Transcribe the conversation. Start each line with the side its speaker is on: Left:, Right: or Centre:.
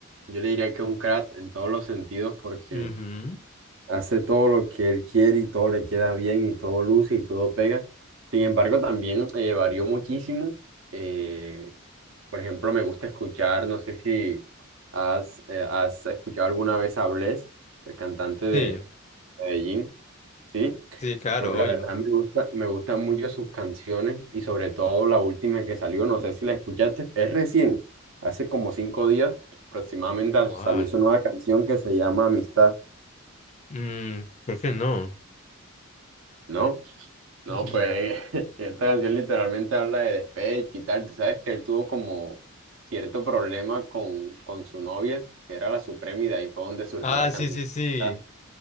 Right: yo le diría que es un crack en todos los sentidos porque
Left: Ujú.
Right: hace todo lo que él quiere y todo le queda bien y todo luce y todo pega. Sin embargo, también eh, varió muchísimo. Eh, por ejemplo, me gusta escuchar, no sé si has, eh, has escuchado alguna vez a Bless, el cantante de
Left: Sí,
Right: Medellín, ¿sí?
Left: sí, claro,
Right: No, La
Left: obvio.
Right: verdad me gusta, me gustan mucho sus canciones y sobre todo la última que salió, no sé si la escuchaste, es recién, hace como cinco días aproximadamente
Left: ¿Cuál?
Right: salió su nueva canción que se llama Amistad,
Left: Mm, creo que no.
Right: ¿no? No,
Left: Mm, mm.
Right: pues <laughs> esta canción literalmente habla de despecho y tal, tú sabes que él tuvo como cierto problema con, con su novia, que era la Suprema y de ahí fue donde surgió
Left: Ah,
Right: la canción.
Left: sí, sí, sí.
Right: ¿verdad?